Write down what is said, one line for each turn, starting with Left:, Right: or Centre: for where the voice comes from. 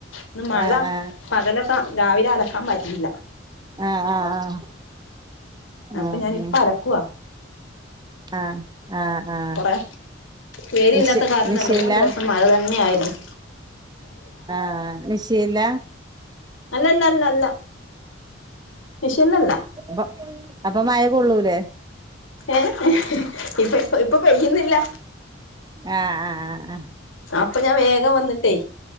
Left: ന്ന് മഴ
Right: ആഹ്
Left: പകലൊക്ക രാവിലെ അലക്കാൻ പറ്റിയില്ല.
Right: ആഹ് ആഹ് ആഹ്
Left: അപ്പ
Right: ഉം
Left: ഞാനിപ്പ
Right: ഉം
Left: അലക്കുവ.
Right: ആഹ് ആഹ് ആഹ്
Left: കൊറേ വെയ്ലില്ലാത്ത
Right: മിഷി
Left: കാരണം
Right: മിഷീലാ
Left: രണ്ട്, മൂന്ന് ദിവസം മഴ തന്നെ ആയിരുന്നു.
Right: ആഹ് മിഷീൻല?
Left: അല്ല ല്ല ല്ല ല്ല മിഷീൻലല്ല.
Right: മ്പ അപ്പ മഴ കൊള്ളൂലേ?
Left: ഏഹ് ഇപ്പ ഇപ്പൊ പെയ്യുന്നില്ല.
Right: ആഹ് ആഹ് ആഹ്
Left: അപ്പ ഞാ വേഗം വന്ന്ട്ടേ